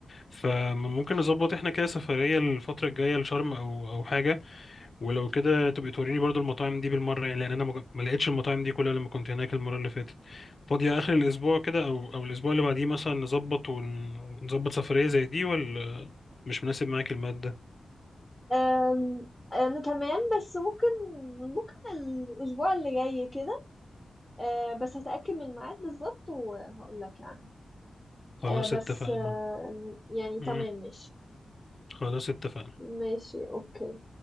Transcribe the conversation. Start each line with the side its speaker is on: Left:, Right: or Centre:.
Left: فممكن نظبط احنا كده سفرية الفترة الجاية لشرم او او حاجة ولو كده تبقي توريني برضو المطاعم دي بالمرة يعني لأن أنا مج- ما لقيتش المطاعم دي كلها لما كنت هناك المرة اللي فاتت فاضية آخر الأسبوع كده أو أو الأسبوع اللي بعديه مثلا نظبط ون- ونظبط سفرية زي دي ولا مش مناسب معاك المادة
Centre: آم، انا تمام بس ممكن ممكن الاسبوع اللي جاي كده آه بس هتاكد من الميعاد بالظبط وهقول لك يعني
Left: خلاص
Centre: آه بس
Left: اتفقنا
Centre: آه يعني
Left: مم.
Centre: تمام ماشي
Left: خلاص اتفقنا
Centre: ماشي اوكي